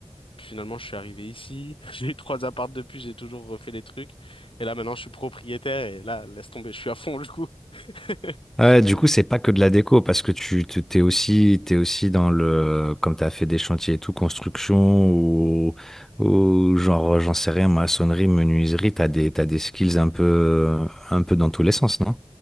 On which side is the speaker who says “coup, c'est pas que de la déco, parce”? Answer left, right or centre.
Centre